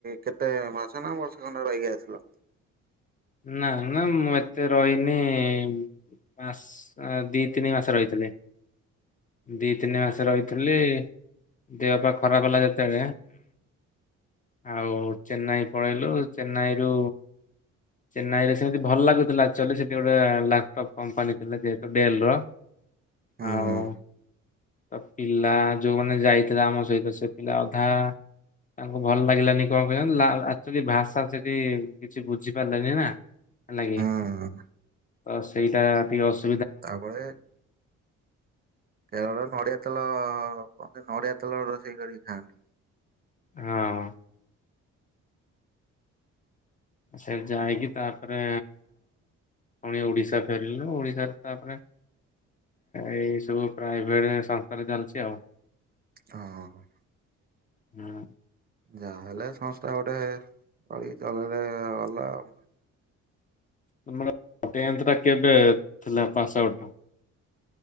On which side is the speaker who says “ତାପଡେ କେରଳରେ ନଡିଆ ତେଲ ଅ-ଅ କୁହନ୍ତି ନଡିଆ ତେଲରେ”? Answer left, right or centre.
Right